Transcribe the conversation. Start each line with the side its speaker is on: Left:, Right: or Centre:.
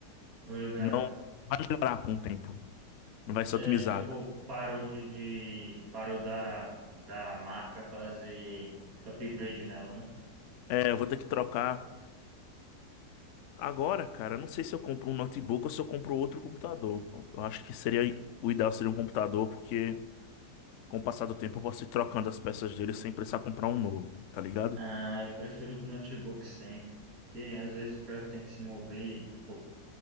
Right: Tô ligado.
Left: Não vai melhorar com o tempo. Não vai ser
Right: É,
Left: otimizada.
Right: tipo, parou de, de, parou da, da marca fazer upgrade nela, né?
Left: É, eu vou ter que trocar. Agora, cara, eu não sei se eu compro um notebook ou se eu compro outro computador. Eu acho que seria o ideal seria um computador, porque com o passar do tempo eu posso ir trocando as peças dele sem precisar comprar um novo, tá ligado?
Right: Ah, eu prefiro o notebook sempre, porque às vezes o cara tem que se mover, e, tipo,